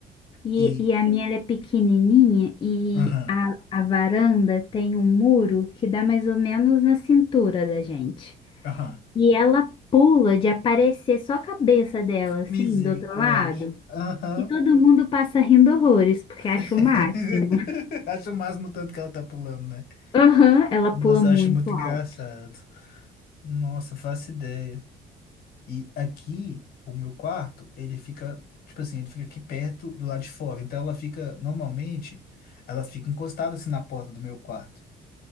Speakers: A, on the left; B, on the left.
A: E,
B: E.
A: e a minha ela é pequenininha e
B: Aham,
A: a, a varanda tem um muro que dá mais ou menos na cintura da gente.
B: aham.
A: E ela pula de aparecer só a cabeça dela, assim,
B: Misericórdia.
A: do outro lado.
B: Aham.
A: E todo mundo passa rindo horrores, porque acha
B: <laughs>
A: o máximo. <laughs>
B: Acho o máximo o tanto que ela tá pulando, né?
A: Aham, ela
B: Nossa,
A: pula muito
B: eu acho muito engraçado.
A: alto.
B: Nossa, faço ideia. E aqui, o meu quarto, ele fica, tipo assim, ele fica aqui perto do lado de fora. Então ela fica, normalmente, ela fica encostada assim na porta do meu quarto.